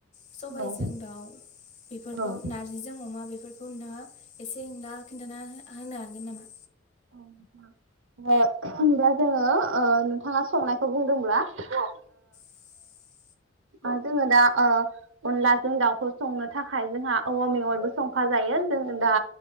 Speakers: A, on the left; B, on the right.
A: सबायजों
B: औ
A: दाउ बेफोरखौ
B: औ
A: नार- जिजों अमा बेफोरखौ नोंथाङा एसे इंला खिन्थाना हो-हानो हागोन नामा?
B: अ <inaudible> ओ दा जोङो ओ नोंथाङा संनायखौ बुंदोंब्ला ओ
A: <inaudible>
B: ओ जोङो दा ओ अनलाजों दाउखौ संनो थाखाय जोंहा औवा मेवायबो संफा जायो जोङो दा